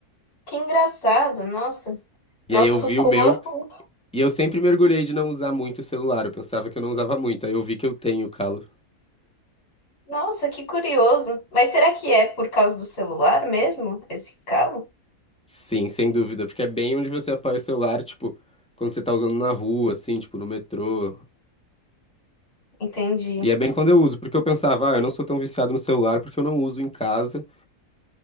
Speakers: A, on the left; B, in the centre.
A: Que engraçado, nossa.
B: E
A: Nosso
B: aí eu vi
A: corpo.
B: o meu, e eu sempre mergulhei de não usar muito o celular, eu pensava que eu não usava muito, aí eu vi que eu tenho o calo.
A: Nossa, que curioso. Mas será que é por causa do celular mesmo, esse calo?
B: Sim, sem dúvida, porque é bem onde você apoia o celular, tipo, quando você tá usando na rua, assim, tipo, no metrô.
A: Entendi,
B: E é bem quando eu uso, porque eu pensava, ah, eu não sou tão viciado no celular porque eu não uso em casa.